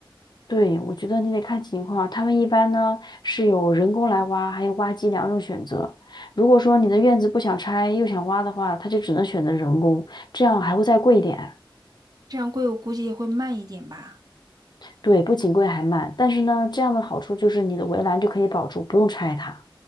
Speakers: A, on the left; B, on the right.
A: 对，我觉得你得看情况。他们一般呢是有人工来挖，还有挖机两种选择。如果说你的院子不想拆又想挖的话，他就只能选择人工，这样还会再贵一点。
B: 这样贵我估计也会慢一点吧。
A: 对，不仅贵还慢，但是呢，这样的好处就是你的围栏就可以保住，不用拆它。